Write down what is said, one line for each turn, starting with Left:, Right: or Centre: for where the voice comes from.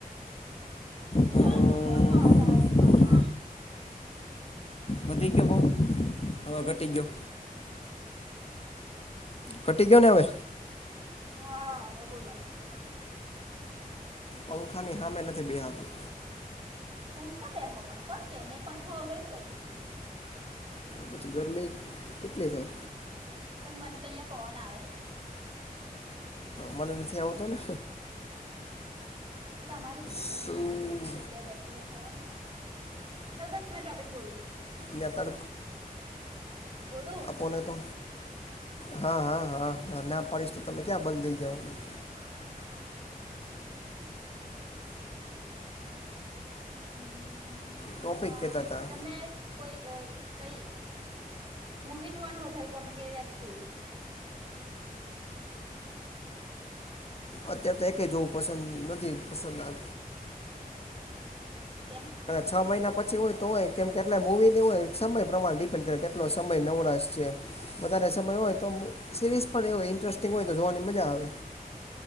Left: અમ,
Right: તમાર બપ ન અવાજ આવે છે બાપા
Left: વધી ગયાયો બહ હ ઘટી ગયો ખટી કયો ને હવે.
Right: હાવે બોલો.
Left: પંખા ની હામે નથી બેહાતું.
Right: તો હું ક બે હો પણ કોણ કે મેં પંખા વગેરે બેઠું છું.
Left: પછી ગરમી કેટલી થાય.
Right: પણ મનસ અહિયાં પવન આવે છે
Left: મને નથી આવતો ને
Right: તમારી
Left: શું
Right: ભૂલ છે એવી જગ્યાએ બેસી જ્યા પવાના આવે ત ટોપિક બોલવું
Left: નેતાર
Right: બોલો
Left: આપોને તો હા હા હા હા ના પાડીશ તો તમે ક્યાં બંધ થઈ જવાનું
Right: <unintelligible> હમ
Left: ટોપિક
Right: હા
Left: કહેતા હતા
Right: તને કોઈ કઈ મવી જોવાનું વધારે ગમે કે વેબ સિરીઝ
Left: અત્યારે તો એકય જોવું પસંદ નથી પસંદ આ
Right: કેમ
Left: છ મહિના પછી હોય તો હોય કેમ કેટલા મૂવી ની હોય સમય પ્રમાણે ડિપેન્ડ કરે કેટલો સમય નવળ છે વધારે સમય હોય તો સિરીઝ પણ એ હોય ઇન્ટરેસ્ટિંગ હોય તો જોવાની મજા આવે